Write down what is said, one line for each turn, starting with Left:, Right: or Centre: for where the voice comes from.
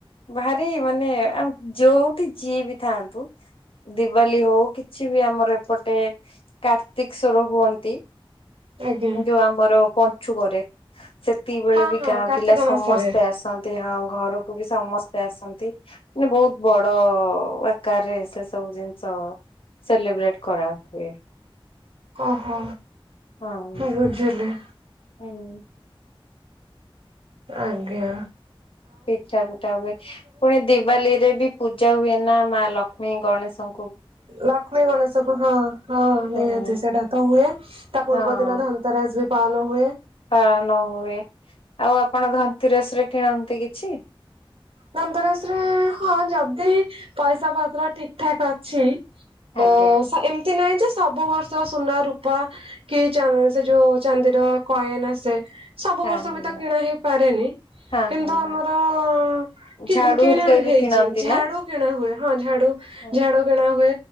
Left: ଭାରି ମାନେ ଆ ଯୋଉଠି ଯିଏ ବି ଥାନ୍ତୁ ଦିିବାଲି ହଉ କି ଛି ବି ଆମର ଏପଟେ କାର୍ତ୍ତିକଶ୍ୱର ହୁଅନ୍ତି।
Right: ଆଜ୍ଞା
Left: ଯୋଉ ଆମର ପଞ୍ଚୁକରେ ତିକିବେଳେ
Right: ହଁ
Left: ବି
Right: ହଁ
Left: ଗାଁ
Right: କାର୍ତ୍ତିକ
Left: ପିଲା ସମସ୍ତେ
Right: ମାସରେ
Left: ଆସ ନ୍ତି ହଁ ଘରକୁ ବି ସମସ୍ତେ ଆସନ୍ତି ମାନେ ବହୁତ ବଡ ଆକାରରେ ସେ ସବୁ ଜିନିଷ ସେଲିବ୍ରେଟ୍ କରା ହୁଏ।
Right: ଓହୋ।
Left: ହଁ।
Right: ବୁଝିଲି। ଆଜ୍ଞା।
Left: ପିଠା ପିଠା ହୁଏ। ପୁଣି ଦିିବାଲି ରେ ବି ପୂଜା ହୁଏ ନା ମା ଲକ୍ଷ୍ମୀ ଗଣେଶ
Right: ଲକ୍ଷ୍ମୀ ଗଣେଶକୁ ହଁ ହଁ ନିହାତି
Left: ହୁଁ
Right: ସେଇଟା ତ ହୁଏ ତା ପୂର୍ବ
Left: ହଁ
Right: ଦିନ ଧ ନନ୍ତେରସ୍ ବି ପାଲ୍ ହୁଏ।
Left: ପାଳନ ହୁଏ ଆଉ ଆପଣ ଧନ୍ତେରସ୍ ରେ କିଣନ୍ତି କିଛି?
Right: ଧନ୍ତରେସ୍ ରେ ହଁ ଯଦି ପଇସା ପତ୍ର ଠିକ୍ ଠାକ୍ ଅଛି ମୁଁ
Left: ଆଜ୍ଞା
Right: ସ ଏମ୍ ତି ନାହିଁ ଯେ ସବୁ ବର୍ଷ ସୁନା ରୂପା କି ଚାନ୍ଦ ସେ ଯୋଉ ଚାନ୍ଦିର କଏନ୍ ଆସେ ସବୁ
Left: ହଁ
Right: ବର୍ଷ ବି ତ କିଣା ହେଇପାରେନି
Left: ହଁ
Right: କିନ୍ତୁ
Left: ହଁ ହଁ
Right: ଆମର <inaudible> କିଣା
Left: ଝାଡୁ ହରିକା
Right: ହେଇଚି
Left: ବି କିଣନ୍ତି
Right: ଝାଡୁ
Left: ନା?
Right: କିଣା ହୁଏ ହଁ ଝାଡୁ
Left: ହଁ
Right: ଝାଡୁ କିଣା ହୁଏ